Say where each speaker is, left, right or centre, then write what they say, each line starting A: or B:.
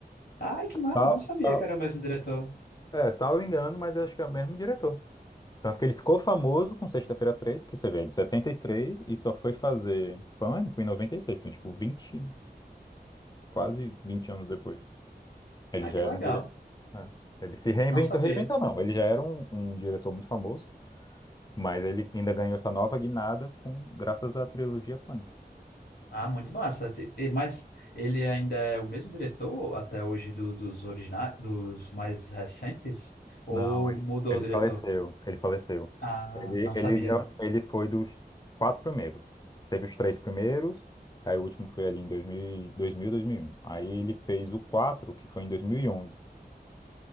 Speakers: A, on the left (about 80°); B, on the left (about 25°).
A: Ai, que massa,
B: Sal,
A: não sabia
B: sal,
A: que era o mesmo diretor.
B: é, salvo engano, mas eu acho que é o mesmo diretor. Tanto que ele ficou famoso com Sexta-feira Treze, que você vê, é de 73, e três, e só foi fazer Pânico em 96, então, tipo, 20, quase 20 anos depois. Ele
A: Ai,
B: já
A: que
B: era
A: legal,
B: um diretor. né? Ele se reinventou,
A: não sabia.
B: reinventou não, ele já era um, um diretor muito famoso. Mas ele ainda ganhou essa nova guinada com, graças à trilogia Pânico.
A: Ah, muito massa. Ti- e- Mas ele ainda é o mesmo diretor até hoje do- dos originais, dos mais recentes? Ou
B: Não, ele,
A: mudou
B: ele
A: o diretor?
B: faleceu. Ele faleceu.
A: Ah,
B: Ele,
A: não
B: ele,
A: sabia.
B: não, ele foi dos quatro primeiros. Teve os três primeiros, aí o último foi ali em 2000, e- 2000, 2001. Aí ele fez o quatro, que foi em dois mil E, onze.